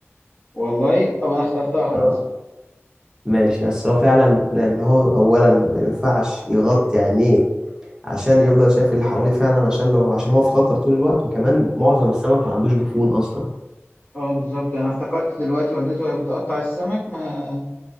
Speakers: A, on the left (about 40°); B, on the right (about 15°).
A: والله طب انا اخترتها خلاص
B: اه
A: بقى
B: ماشي بس هو فعلا لأن هو أولا ما ينفعش يغطي عينيه عشان يفضل شايف اللي حواليه فعلا عشان لو عشان هو في خطر طول الوقت وكمان معظم السمك ما عندوش جفون أصلا
A: اه بالظبط انا افتكرت دلوقتي والدته وهي بتقطع السمك ما